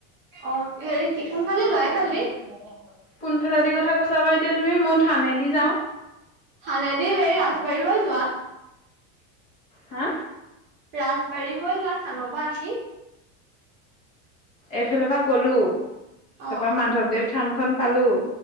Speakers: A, on the right; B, on the left.
A: অ হেৰি কি কোনফালে দি যায় এইফালে দি।
B: কোনফালে দি কথা কৈছা বা এতিয়া তুমি মই থানেদি যাওঁ।
A: থানেদি হেৰি ৰাজবাৰী হৈ যোৱা।
B: হা।
A: ৰাজবাৰী হৈ যোৱা থানৰ পৰা আহি।
B: এইফালে পৰা গলোঁ
A: অ
B: তাৰপা মাধৱদেৱ থানখন পালোঁ